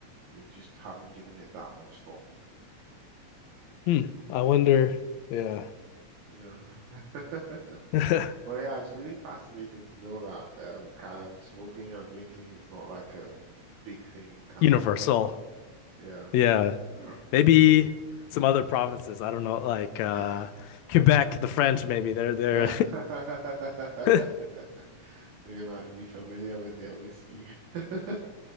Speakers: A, on the right; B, on the left.
A: they just haven't given it that much thought.
B: Hmm. I wonder. Yeah.
A: Yeah. <laughs>
B: <laughs>
A: Well, yeah, it's really fascinating to know that um, kind of smoking and drinking is not like a big thing in Canada
B: Universal.
A: like that. Yeah.
B: Yeah.
A: Oh,
B: Maybe some other provinces. I don't know, like
A: yeah.
B: uh Quebec, the French, maybe. They're they're
A: <laughs>
B: <laughs>
A: They might be familiar with their whiskey. <laughs>